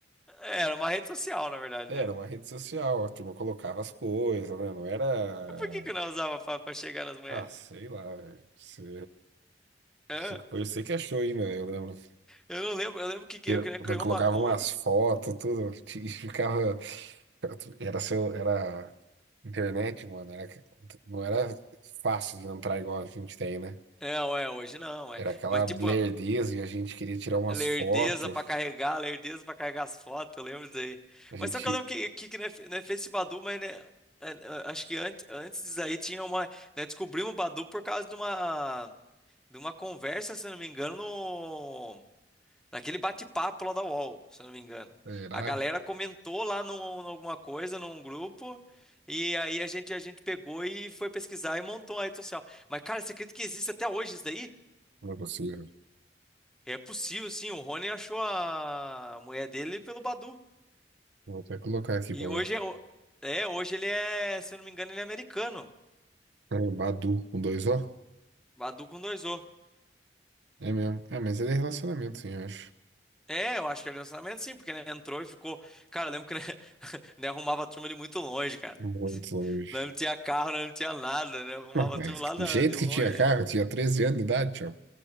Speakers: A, in the centre; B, on the right.
A: É, Era uma rede social, na verdade,
B: Era
A: né?
B: uma rede social, a turma colocava as coisas, né? Não era,
A: Mas Por que que eu não usava pra, pra chegar nas mulheres?
B: ah, sei lá, velho. Você,
A: Hã?
B: você foi você que achou ainda, eu lembro.
A: eu não lembro, eu lembro que, que
B: Tira-
A: eu cri- criou
B: daí Colocava
A: uma conta.
B: umas fotos, tudo, e ficava. Era seu, era internet, mano. Era, não era fácil de entrar igual a gente tem, né?
A: É, ué, hoje não, é.
B: Era aquela
A: Mas tipo,
B: lerdeza e a gente queria tirar umas
A: lerdeza
B: fotos.
A: pra carregar, lerdeza pra carregar as fotos, eu lembro disso aí.
B: A gente.
A: Mas só que eu lembro que, que, que né, né, fez esse Badu, mas né, é, é, acho que antes, antes disso aí tinha uma. Né, descobrimos o Badu por causa de uma, de uma conversa, se eu não me engano, no Naquele bate-papo lá da UOL, se eu não me engano.
B: Era.
A: A galera comentou lá num, num alguma coisa, num grupo, e aí a gente, a gente pegou e foi pesquisar e montou a rede social. Mas, cara, você acredita que existe até hoje isso daí?
B: Não é possível.
A: É possível, sim. O Rony achou a mulher dele pelo Badu.
B: Vou até colocar aqui
A: E
B: pra
A: hoje
B: ver.
A: é, o- é, hoje ele é, se eu não me engano, ele é americano.
B: É, Badu, com dois O?
A: Badu com dois O.
B: É mesmo. É, mas ele é relacionamento, sim, eu acho.
A: É, eu acho que é relacionamento sim, porque né, entrou e ficou. Cara, eu lembro que né, <laughs> né, arrumava a turma de muito longe, cara.
B: Muito
A: <laughs>
B: longe.
A: Não, não tinha carro, não, não tinha nada, né? Arrumava
B: Não, mas
A: a turma lá da-
B: do jeito
A: de longe.
B: que tinha carro, eu tinha 13 anos de idade, tchau.